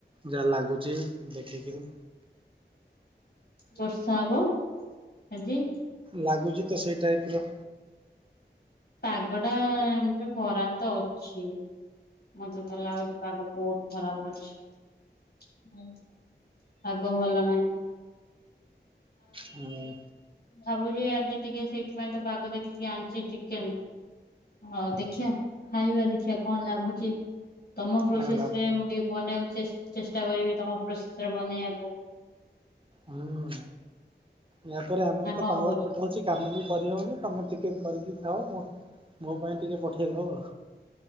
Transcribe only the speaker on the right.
ଯାହା ଲାଗୁଚି ଦେଖିକିରି।
ଲାଗୁଚି ତ ସେଇ ଟାଇପ୍ ର।
ହୁଁ
ନା ନା
ହୁଁ ୟାପରେ ଆମର
ତ ପାୱାର୍
କଟ୍ ହୋଉଚି। କାମ ବି କରିହୋଉନି ତମେ ଚିକେନ କରିକି ଖାଅ ମୁଁ ମୋ ପାଇଁ ଟିକେ ପଠେଇଦବ।